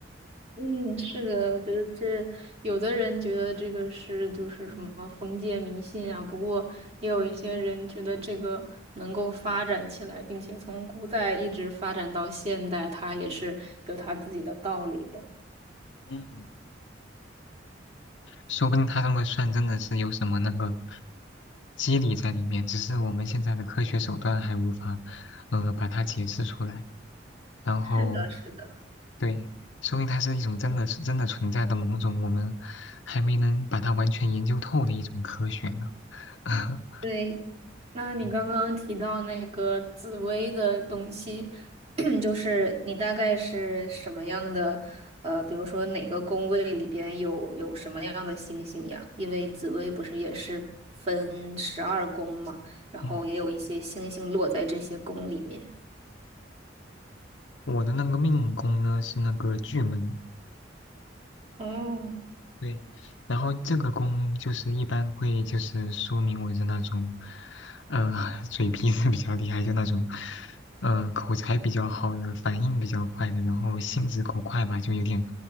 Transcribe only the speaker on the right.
嗯，是的，我觉得这有的人觉得这个是就是什么封建迷信啊，不过也有一些人觉得这个能够发展起来，并且从古代一直发展到现代，它也是有它自己的道理的。
是的，是的。
对，那你刚刚提到那个紫薇的东西，
<clears throat> 就是你大概是什么样的？呃，比如说哪个宫位里边有有什么样的星星呀？因为紫薇不是也是分十二宫嘛，然后也有一些星星落在这些宫里面。
哦，